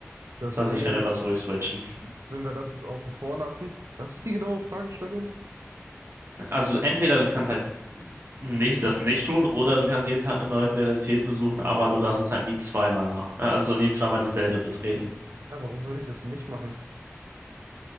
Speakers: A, on the right (about 80°); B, on the right (about 55°).
A: Das
B: Das heißt,
A: Ding
B: ich
A: ist,
B: kann immer zurückswitchen.
A: wenn wir das jetzt außen vor lassen, was ist die genaue Fragestellung?
B: Also entweder du kannst halt nicht, das nicht tun oder du kannst jeden Tag eine neue Realität besuchen, aber du darfst es halt nie zweimal machen. Äh, Also nie zweimal dieselbe betreten.
A: Ja, warum sollte ich das denn nicht machen?